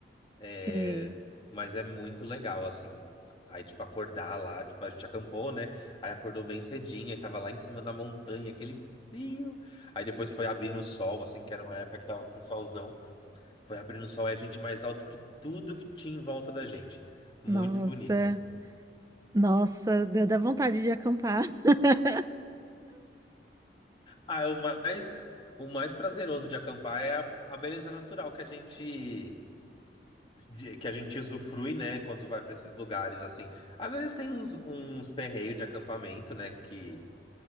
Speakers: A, on the left; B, on the right.
A: É,
B: Sim.
A: mas é muito legal, assim. Aí, tipo, acordar lá, tipo, a gente acampou, né? Aí acordou bem cedinho, aí tava lá em cima da montanha, aquele frio. Aí depois foi abrindo o sol, assim, que era uma época que tava com solzão. Foi abrindo o sol e a gente mais alto que tudo que tinha em volta da gente. Muito
B: Nossa,
A: bonito.
B: nossa, deu da vontade de acampar. <laughs>
A: Ah, é o mais o mais prazeroso de acampar é a, a beleza natural que a gente de- que a gente usufrui, né, quando vai para esses lugares assim. Às vezes tem uns, uns perreios de acampamento, né, que